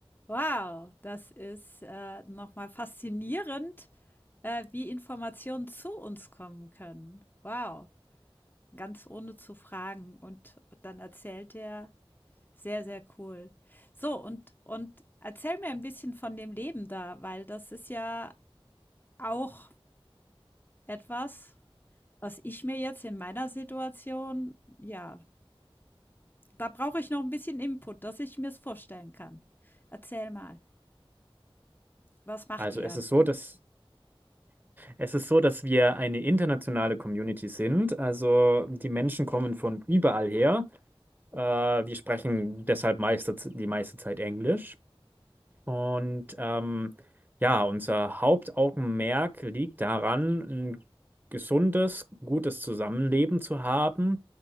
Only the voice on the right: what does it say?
Also
es ist so, dass es ist so, dass wir eine internationale Community sind. Also die Menschen kommen von überall her. Äh, wir sprechen deshalb meiste, die meiste Zeit Englisch. Und ähm, ja, unser Hauptaugenmerk liegt daran, ein gesundes, gutes Zusammenleben zu haben